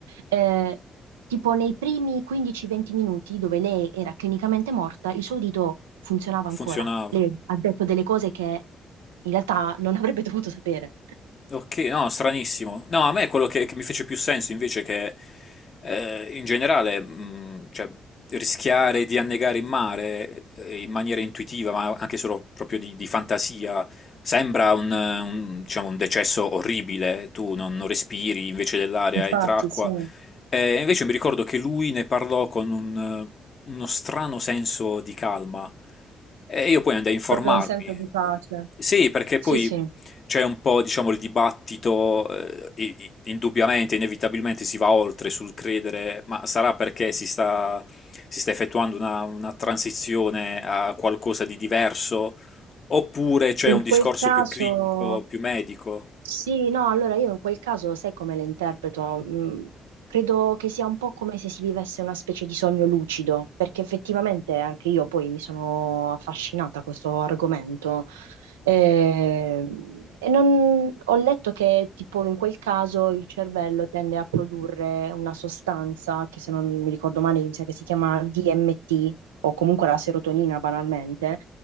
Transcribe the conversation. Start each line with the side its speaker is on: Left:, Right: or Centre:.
Right: eh, tipo nei primi 15-20 minuti dove lei era clinicamente morta, il suo udito funzionava ancora.
Left: funzionava.
Right: Lei ha detto delle cose che in realtà non avrebbe dovuto sapere.
Left: Ok, no, stranissimo. No, a me quello che, che mi fece più senso invece che eh, in generale, mh, cioè, rischiare di annegare in mare eh, in maniera intuitiva, ma anche solo proprio di, di fantasia, sembra un, eh, un, diciamo, un decesso orribile. Tu non, non respiri, invece dell'aria
Right: Infatti,
Left: entra acqua.
Right: sì,
Left: E invece mi ricordo che lui ne parlò con un, eh, uno strano senso di calma. E io poi andai a informarmi.
Right: proprio un senso di pace.
Left: Sì, perché
Right: Sì,
Left: poi
Right: sì.
Left: c'è un po', diciamo, il dibattito, eh, i- i- indubbiamente, inevitabilmente si va oltre sul credere, ma sarà perché si sta, si sta effettuando una, una transizione a qualcosa di diverso, oppure c'è
Right: In
Left: un discorso
Right: quel caso,
Left: più clinico, più medico?
Right: sì, no, allora io in quel caso sai come le interpreto? Mm, credo che sia un po' come se si vivesse una specie di sogno lucido, perché effettivamente anche io poi mi sono affascinata a questo argomento. Eh, E, non- ho letto che tipo in quel caso il cervello tende a produrre una sostanza che se non mi ricordo male mi sa che si chiama DMT o comunque la serotonina banalmente